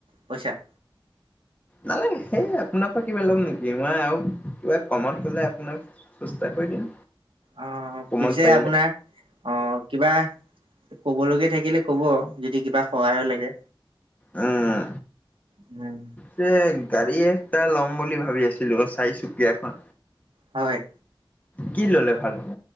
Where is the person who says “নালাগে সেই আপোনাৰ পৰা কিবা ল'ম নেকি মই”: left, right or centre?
Left